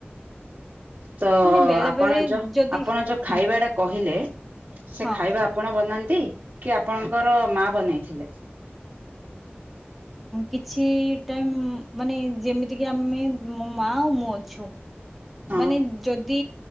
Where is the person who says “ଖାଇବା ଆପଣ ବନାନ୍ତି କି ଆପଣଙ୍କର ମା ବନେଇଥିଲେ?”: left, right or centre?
Right